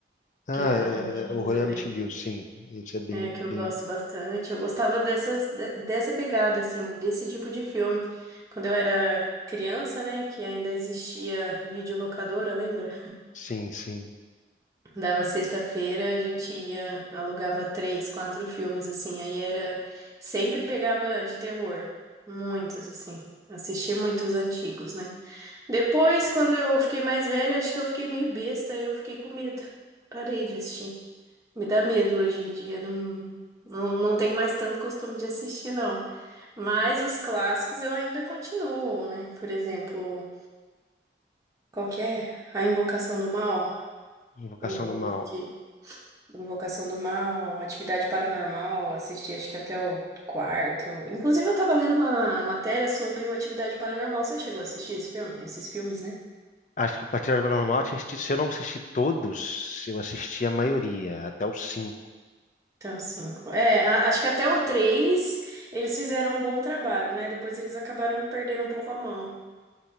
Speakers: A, on the left; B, on the right.
A: Ah,
B: que é antigo
A: é, é, o Horror
B: também.
A: em Amityville, sim. Isso é bem,
B: É, que
A: bem.
B: eu gosto bastante. Eu gostava dessas, de- dessa pegada, assim, desse tipo de filme. Quando eu era criança, né, que ainda existia videolocadora, lembra?
A: Sim, sim.
B: Dava sexta-feira, a gente ia, alugava três, quatro filmes, assim. Aí era. Sempre pegava de terror. Muitos, assim. Assisti muitos antigos, né? Depois, quando eu fiquei mais velha, acho que eu fiquei meio besta, eu fiquei com medo. Parei de assistir. Me dá medo hoje em dia, não, não, não tenho mais tanto costume de assistir, não. Mas os clássicos eu ainda continuo, né? Por exemplo, qual que é? A Invocação do Mal,
A: Invocação
B: o,
A: do Mal.
B: o que? Invocação do Mal, Atividade Paranormal, assisti acho que até o quarto. Inclusive eu tava lendo uma matéria sobre o Atividade Paranormal, você chegou a assistir esse filme? Esses filmes, né?
A: Acho que o Patrulha Paranormal, eu assisti- se eu não assisti todos, eu assisti a maioria, até os cinco.
B: Então, cinco. É, a- acho que até o três eles fizeram um bom trabalho, né? Depois eles acabaram perdendo um pouco a mão.